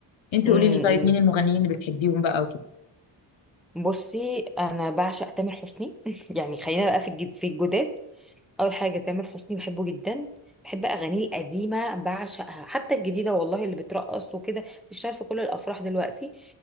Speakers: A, on the left; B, in the centre.
A: انت
B: امم
A: قولي لي طيب
B: أمم.
A: مين المغنيين اللي بتحبيهم بقى وكده
B: بصي انا بعشق تامر حسني <laughs> يعني خلينا بقى في الجد- في الجداد اول حاجه تامر حسني بحبه جدا بحب اغانيه القديمه بعشقها حتى الجديده والله اللي بترقص وكده بتشتغل في كل الافراح دلوقتي